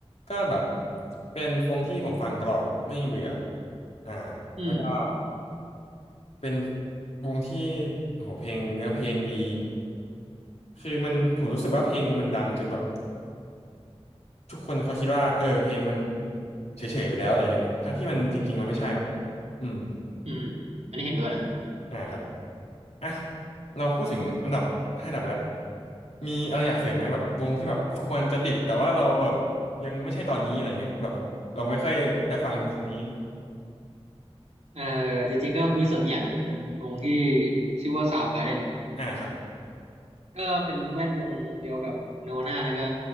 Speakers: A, on the left (about 80°); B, on the right (about 85°).
A: ก็แบบเป็นวงที่ผมฟังตลอดไม่เบื่ออ่า
B: อืม
A: แล้วก็เป็นวงที่โหเพลงเนื้อเพลงดีคือมันผมรู้สึกว่าเพลงมันดังจนแบบทุกคนเขาคิดว่าเออเพลงมันเฉยๆไปแล้วอะไรเงี้ยทั้งที่มันจริงๆมันไม่ใช่นะ
B: ครับผม
A: อืม
B: อืมอันนี้เห็นด้วยนะ
A: อ่าครับอ่ะเราพูดถึงอันดับห้าอันดับแล้วมีอะไรอยากเสริมไหมแบบวงที่แบบควรจะติดแต่ว่าเราแบบยังไม่ใช่ตอนนี้อะไรเงี้ยแบบเราไม่ค่อยได้ฟังช่วนี้
B: อ๋อเออจริงๆก็มีเสริมอกอย่างนะเป็นวงที่ชื่อว่า o าวกา a r d e น
A: อ่าครับ
B: ก็เป็นแวดวงเดียวกับ n นวานาแล้วก็